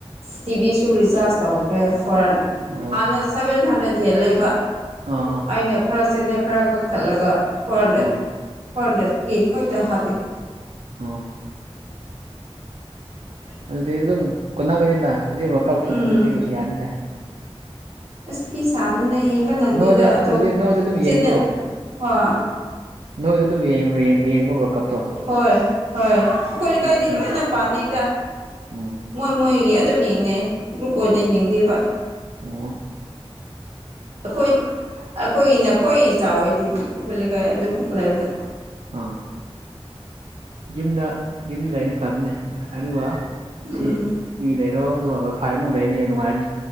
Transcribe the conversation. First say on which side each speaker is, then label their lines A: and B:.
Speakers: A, on the right; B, on the right.
A: ꯇꯤꯚꯤꯁꯨ ꯔꯤꯆꯥꯔꯖ ꯇꯧꯈ꯭ꯔꯦ ꯐꯣꯜ
B: ꯑꯣ
A: ꯍꯥꯟꯅ ꯁꯚꯦꯟ ꯍꯟꯗ꯭ꯔꯦꯗ ꯍꯦꯜꯂꯦꯕ
B: ꯑꯥ ꯑ
A: ꯑꯩꯅ ꯈꯔ ꯆꯦꯦꯅꯦꯅ ꯈꯔ ꯀꯛꯊꯠꯂꯒ ꯐꯣꯔ ꯍꯟꯗ꯭ꯔꯦꯠ
B: ꯑꯥ
A: ꯐꯣꯔ ꯍꯟꯗ꯭ꯔꯦꯠꯀꯤ ꯈꯛꯇ ꯍꯥꯞꯄ‌ꯦ
B: ꯑꯣ ꯑꯗꯨꯗꯤ ꯑꯗꯨꯝ ꯀꯣꯟꯅꯒꯅꯤꯗ ꯍꯧꯖꯤꯛ ꯋꯥꯔ ꯀꯥꯞꯒꯤ
A: ꯎꯝ
B: ꯑꯗꯨꯗꯤ ꯌꯥꯅꯤꯗ
A: ꯑꯁ ꯐꯤ ꯁꯥꯕꯅꯤꯅ ꯌꯦꯡꯕ ꯅꯪꯗꯦꯗ
B: ꯅꯣꯏꯗ
A: ꯑꯇꯣꯞ
B: ꯑꯗꯨꯗꯤ ꯅꯣꯏꯗ ꯑꯗꯨꯝ
A: ꯆ‌ꯦ
B: ꯌꯦꯡꯕ꯭ꯔꯣ
A: ꯍꯣꯏ
B: ꯅꯣꯏꯗ ꯑꯗꯨꯝ ꯌꯦꯡꯕ ꯋꯔꯀꯞ
A: ꯍꯣꯏ ꯍꯣꯏ ꯑꯩꯈꯣꯏ ꯂꯩꯀꯥꯏꯗꯤ
B: ꯅꯨꯡꯉꯥꯏ
A: ꯂꯣꯏꯅ ꯄꯥꯅꯩꯗ
B: ꯎꯝ
A: ꯃꯣꯏ ꯃꯣꯏꯒꯤ ꯑꯗꯨꯝ ꯌꯦꯡꯅꯩ ꯒ꯭ꯔꯨꯞ ꯑꯣꯏꯅ ꯌꯦꯡꯗꯦꯕ
B: ꯑꫭ
A: ꯑꯩꯈꯣꯏ ꯑꯩꯈꯣꯏꯒꯤꯅ ꯈꯣꯏ ꯆꯥꯎꯋꯦ ꯇꯤꯚꯤ ꯑꯩꯈꯣꯏ ꯂꯩꯀꯥꯏ ꯑꯗꯨꯃꯨꯛ ꯂꯩꯕꯗ
B: ꯑꯥ ꯌꯨꯝꯗ ꯌꯨꯝꯗ ꯂꯩꯕꯅ ꯐꯕꯅꯦ ꯑꯗꯨꯒ
A: ꯎꯝ
B: ꯁꯤ ꯇꯤꯕꯤ ꯂꯩꯔꯣ ꯑꯗꯨꯒ ꯋꯥꯢ ꯐꯥꯏ ꯑꯃꯨꯛ ꯂꯩꯔꯗꯤ ꯌꯥꯝ ꯅꯨꯉꯥꯏꯔꯅꯤ